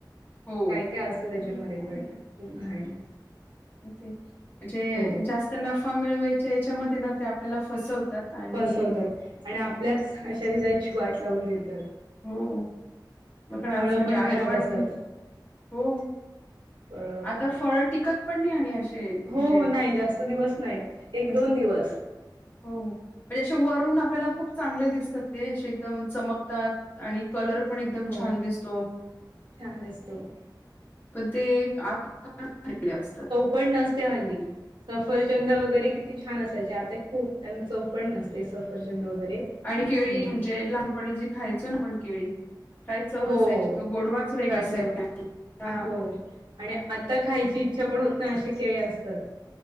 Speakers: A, on the left; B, on the right.
A: हो
B: काय काय असतं त्याच्यामध्ये
A: काय
B: पण खूप घाण
A: ते म्हणजे
B: हो
A: जास्त नफा मिळवायच्या याच्यामध्ये ना ते आपल्याला फसवतात. आणि
B: फसवतात आणि आपल्याच शरीराची वाट लावून घेतात.
A: हो बघण
B: फळं
A: म्हणजे
B: पण
A: आयुर्मान.
B: खराब असतात.
A: हो
B: फळ
A: आता
B: भाज्या
A: फळ टिकत पण आणि असे म्हणजे
B: हो हो नाही जास्त दिवस नाहीत एक, दोन दिवस.
A: हो म्हणजे असे वरून आपल्याला खूप चांगले दिसतात ते असे एकदम चमकतात. आणि कलर पण एकदम
B: हो
A: छान दिसतो.
B: छान दिसतो असतो.
A: पण ते आतन खराब झालेले असतात.
B: पण नसते हली सफरचंद वगैरे किती छान असायचे आता खूप त्यांना चौव पण नसते सफरचंद वगैरे हम्म
A: आणि केळी म्हणजे. पण जी खायचं ना पण केळी काय चव
B: हो
A: असायची
B: हो
A: तो गोडवाच वेग
B: खायचं
A: असायचा
B: आ
A: ह
B: हो आणि आता खायची इच्छा पण होत ना असे केळे असतात.